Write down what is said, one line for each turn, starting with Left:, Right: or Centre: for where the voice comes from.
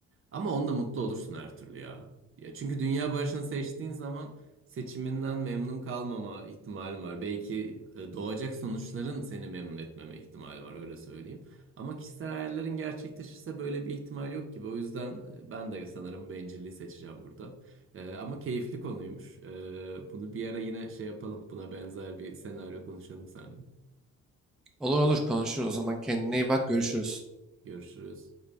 Right: Ama onda mutlu olursun her türlü ya. Ya çünkü dünya barışını seçtiğin zaman seçiminden memnun kalmama ihtimalin var. Belki e, doğacak sonuçların seni memnun etmeme ihtimali var öyle söyleyeyim. Ama kişisel hayallerin gerçekleşirse böyle bir ihtimal yok gibi. O yüzden e, ben de sanırım bencilliği seçeceğim burada. Ee, ama keyifli konuymuş. Ee, bunu bir ara yine şey yapalım. Buna benzer bir senaryo konuşalım seninle.
Centre: Olur olur konuşuruz. O zaman kendine iyi bak. Görüşürüz.
Right: Görüşürüz.